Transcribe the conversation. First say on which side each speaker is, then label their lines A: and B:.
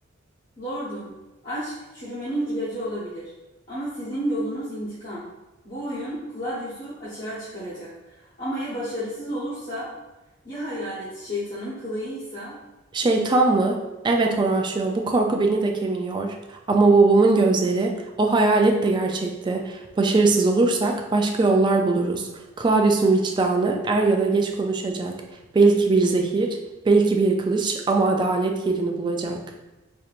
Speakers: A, on the left; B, on the right.
A: Lordum, aşk çürümenin ilacı olabilir. Ama sizin yolunuz intikam. Bu oyun Claudius'u açığa çıkaracak. Ama ya başarısız olursa, ya hayalet şeytanın kılığıysa?
B: Şeytan mı? Evet Horacio, bu korku beni de kemiriyor. Ama babamın gözleri, o hayalet de gerçekti. Başarısız olursak başka yollar buluruz. Claudius'un vicdanı er ya da geç konuşacak. Belki bir zehir, belki bir kılıç ama adalet yerini bulacak.